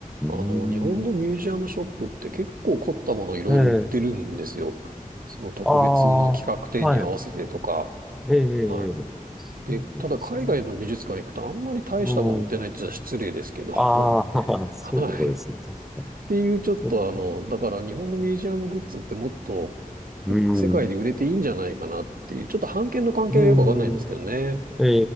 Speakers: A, in the centre; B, on the right.
A: ーん。
B: あの、日本のミュージアムショップって結構凝ったものいろいろ売ってるんですよ。
A: ええ、
B: その特別の企画展に合わせてとか、
A: ああ、はい。ええ、ええそうですね。
B: はい。で、ただ海外の美術館行くとあんまり大したもん売ってないって言ったら失礼ですけど、
A: うん。ああ、
B: <laughs>
A: <laughs> そうですね。
B: はい。っ
A: 確かに。
B: ていうちょっとあの、
A: そっか。
B: だから日本のミュージアムグッズってもっと
A: うん。
B: 世界で売れていいんじゃないかなっていう、ちょっと版権の関係がよくわかんないんですけどね。
A: うん。え